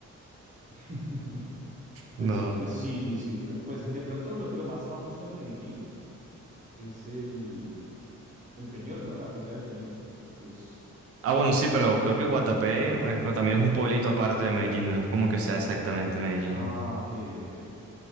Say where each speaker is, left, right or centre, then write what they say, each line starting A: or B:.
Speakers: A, on the right (about 25°); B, on the right (about 50°).
A: <laughs> Pues,
B: No.
A: pues sí, sí, pues de pronto lo, lo más famoso de Medellín es el, el Peñol, ¿no? La Piedra del Peñol, creo que es.
B: Ah, bueno, sí, pero creo que Guatapé eh, co- también es un pueblito aparte de Medellín, no es como que sea exactamente Medellín.
A: Ah, ok, ok.